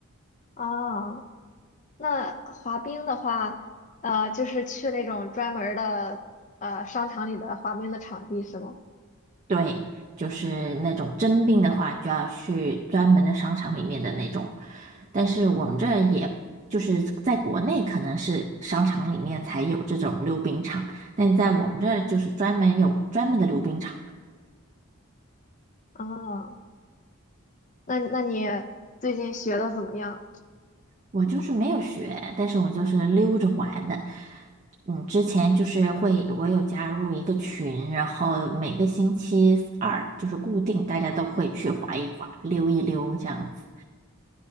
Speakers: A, on the left; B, on the right.
A: 啊。那滑冰的话，呃，就是去那种专门儿的呃商场里的滑冰的场地是吗？
B: 对，就是那种真冰的话，就要去专门的商场里面的那种。但是我们这儿也就是在国内可能是商场里面才有这种溜冰场，但在我们这儿就是专门有专门的溜冰场。
A: 啊，那那你最近学的怎么样？
B: 我就是没有学，但是我就是溜着玩的。嗯，之前就是会，我有加入一个群，然后每个星期二就是固定，大家都会去滑一滑、溜一溜这样子。